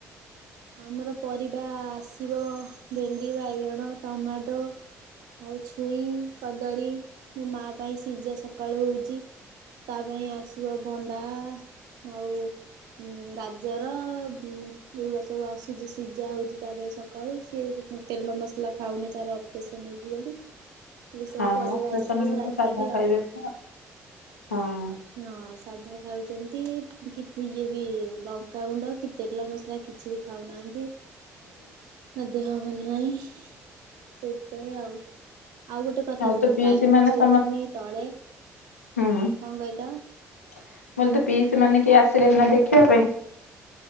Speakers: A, on the right; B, on the left.
A: ଆମର ପରିବା ଆସିବ ଭେଣ୍ଡି ବାଇଗଣ ଟମାଟୋ ଆଉ ଛୁଇଁ କଦଳୀ ମୋ ମା ପାଇଁ ସିଯା ସକାଳୁ ହଉଛି। ତା ପାଇଁ ଆସି ଆସିବ ଭଣ୍ଡା ଆଉ ଗାଜର ଏଗୁରା ସବୁ। ସବୁ ଆସୁଛି ସିଝା ହଉଛି ତା ପାଇଁ ସକାଳୁ ସିଏ ତେଲ ମସଲା ଖାଉନି ତାର ଅପରେସନ୍ ହେଇଛି ବୋଲି। ଏ
B: ହଁ
A: ସବୁ ପରିବା
B: ଅପରେସନ
A: ଆସିବ
B: ହେଲେ
A: ରାତିକି
B: ତ ସାଧା
A: ଆଉ
B: ଖାଇବେ ତ ହଁ।
A: ହଁ ସାଧା ଖାଉଛନ୍ତି ଇଏ ବି ଲଙ୍କାଗୁଣ୍ଡ ତେଲ ମସଲା କିଛି ବି ଖାଉନାହାନ୍ତି।
B: <inaudible>
A: ତା ଦେହ ଭଲ ନାହିଁ ସେଇଥିପାଇଁ ଆଉ। ଆଉ ଗୋଟେ କଥା ଶୁଣ
B: ତ ପିଇସି
A: କାଲି
B: ମାନେ
A: ମୁ ଶୋଇଥିଲି
B: ସମସ୍ତେ
A: ତଳେ।
B: ହୁଁ।
A: କଣ କହିଲ?
B: ମୁଁ କହିଲି ତୋ ପିଇସି ମାନେ କିଏ ଆସିଲେନି
A: କଣ
B: ନା ଦେଖିବା ପାଇଁ।